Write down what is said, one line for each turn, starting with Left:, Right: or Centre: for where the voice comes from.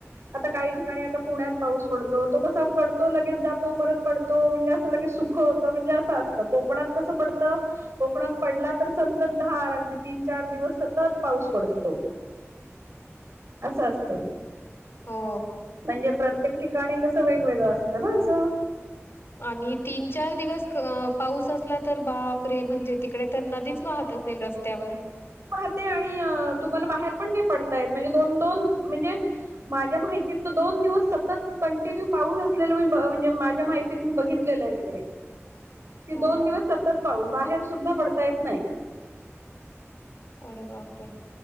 Right: आता काही ठिकाणी आता पुण्यात पाऊस पडतो तो कसा पडतो, लगेच जातो फरक पडतो म्हणजे असं लगेच सुख होतं, म्हणजे असं असतं कोकणात कसं पडतं, कोकणात पडला तर सन सतत दार अगदी तीन, चार दिवस सतत पाऊस पडतो. अस असत.
Left: हो.
Right: म्हणजे प्रत्येक ठिकाणी कसं वेगवेगळं असतं ना असं
Left: आणि तीन, चार दिवस पाऊस असला तर बापरे! म्हणजे तिकडे तर नदीच वाहत असेल रस्त्यावर?
Right: वाहते आणि तुम्हाला बाहेर पण नाही पडता येत म्हणजे दोन-दोन म्हणजे माझ्या माहितीत दोन दिवस सतत कंटिन्यू पाऊस असलेल मी म्हणजे माझ्या माहितीत मी बघितलेलं आहे तिकडे. कि
Left: हो
Right: दोन
Left: का?
Right: दिवस सतत पाऊस बाहेर सुद्धा पडता येत नाही.
Left: अरे बापरे!